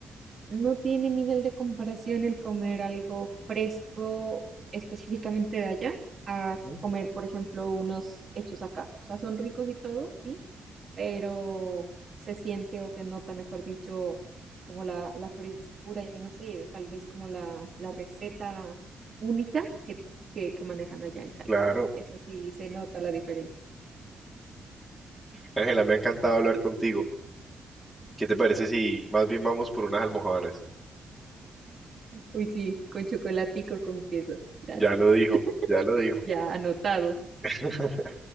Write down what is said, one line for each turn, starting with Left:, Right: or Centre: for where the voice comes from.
Right: no tiene nivel de comparación el comer algo fresco específicamente de allá a
Centre: ujú,
Right: comer, por ejemplo, unos hechos acá. O sea, son ricos y todo, sí, pero se siente o se nota, mejor dicho, como la, la frescura y no sé, tal vez como la, la receta única que, que, que manejan allá en Cali.
Centre: claro.
Right: Eso sí, se nota la diferencia.
Centre: Ángela, me ha encantado hablar contigo. ¿Qué te parece si más bien vamos por unas almojábanas?
Right: Uy, sí, con chocolatico, con queso. Gracias.
Centre: Ya lo dijo,
Right: <laughs>
Centre: ya lo dijo.
Right: Ya anotado.
Centre: <laughs>